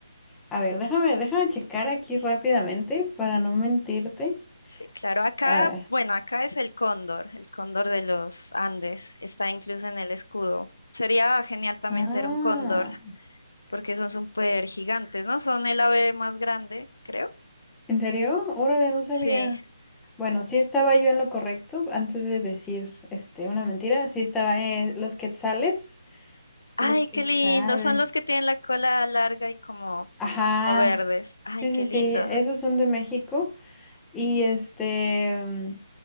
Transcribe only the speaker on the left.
Sí, claro, acá,
bueno, acá es el cóndor, el cóndor de los Andes, está incluso en el escudo. Sería genial también
ser un cóndor, porque son súper gigantes, ¿no? Son el ave más grande, creo.
Sí.
Ay,
qué lindo, son los que tienen la cola larga y como,
como verdes. Ay,
qué
lindo.